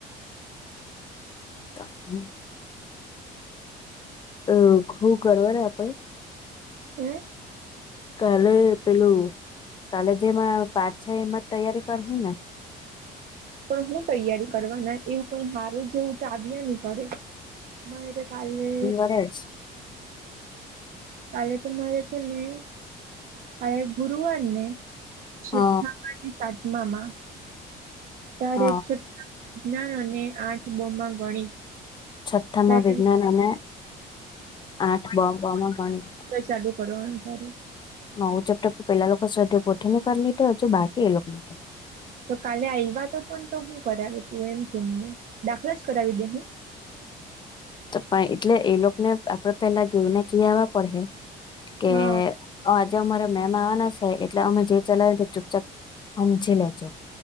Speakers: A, on the left (about 25°); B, on the right (about 50°).
A: ત હમ અ ખું કરવાવ આપણે
B: હમ
A: કાલે પેલું કાલે જેમાં પાચ છે એમાં તૈયારી કરવું ને <inaudible> <inaudible> <inaudible>
B: પણ હું તૈયારી કરવાના એવું કઈ હારું જેવું ટ આવ્યા નની ઘડે મ તો કાલને
A: બ છે
B: કાલે તો મહરા છે નહી કાલે ગુરુવાર નહી છઠ્ઠામાંની
A: હ
B: સાતમામાં ત્યારે
A: હ
B: છઠ્ઠા કિજ્નાર અને આઠ બો માં ગણિત
A: છથ્ઠામાં
B: ત્યારે
A: વિજ્ઞાન અને આઠ બ બ માં ગણી
B: ચાલુ કરવાનું ત્યારે
A: નવું ચેપ્ટર પેલા લોકો શરદી પોઠથી ની કરી લીધ તો હજુ બાકી એ લોકો તો
B: તો કાલે આવવા તો પણ તો હું કરાવે તું એમ કેમને દાખલા જ કરાવી દે હું
A: પણ એટલે એ લોકોને આપડે પેલા ગઈને કવા પડે કે
B: હા
A: આજે અમારા મેમ આવવાના છે એટલે અમે જે ચલાવી ચુપચાપ સમજી લેજો